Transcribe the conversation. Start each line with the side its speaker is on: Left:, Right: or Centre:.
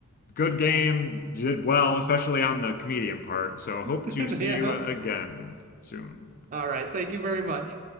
Left: good game, did well, especially on the comedian part. So hope
Right: <laughs>
Left: to see
Right: yeah.
Left: you again soon.
Right: All right. Thank you very much.